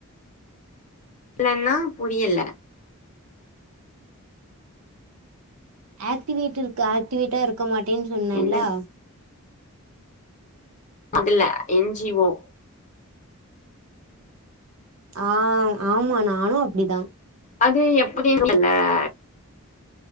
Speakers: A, on the left (about 35°); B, on the right (about 80°).
A: இல்லனா புரியல்ல
B: ஆக்டிவேட் இருக்கு ஆக்டிவேட்டா இருக்க மாட்டேன்னு சொன்னேல்ல
A: என்ன அதுல என் ஜீ வோ
B: ஆ ஆமா நானு அப்டிதா
A: அது எப்டின் <unintelligible>